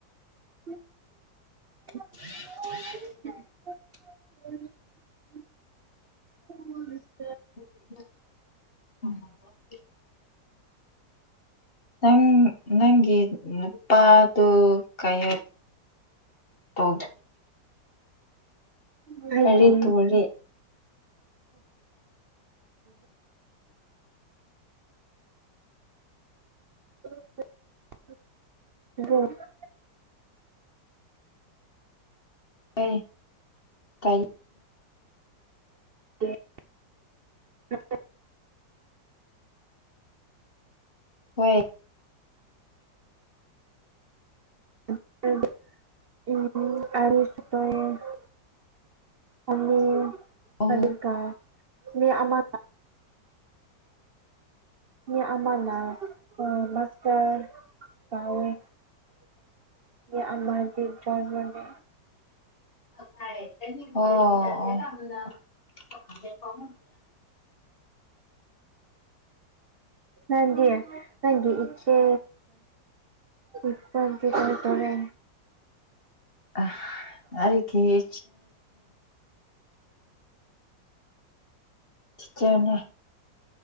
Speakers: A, on the right; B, on the left.
A: ꯎꯝ <inaudible> <unintelligible>
B: <inaudible> ꯅꯪ ꯅꯪꯒꯤ ꯅꯨꯄꯥꯗꯨꯣ ꯀꯌꯥꯠ ꯇ
A: ꯑꯩꯒꯤ
B: ꯀꯔꯤ ꯇꯣꯔꯤ
A: <unintelligible>
B: <unintelligible> ꯀꯩ
A: <inaudible>
B: ꯍꯣꯏ
A: <unintelligible> ꯑꯃꯤ
B: ꯑꯣ
A: ꯇꯔꯒ ꯃꯤ ꯑꯥ ꯃꯤ ꯑꯃꯃꯥꯟꯅ ꯃꯥꯁꯇꯔ ꯀꯥꯎꯋꯦ ꯑꯗꯨꯒꯃꯖꯤ ꯗ꯭ꯔꯥꯟꯔꯅꯦ
B: ꯑꯣ
A: ꯑ ꯍꯖꯤ ꯍ ꯏꯆꯦ ꯎꯠꯄꯄꯥꯛꯀ ꯇꯣꯔꯦ
B: ꯑ ꯑꯗꯒꯤꯦ ꯁꯤꯆꯦꯅꯦ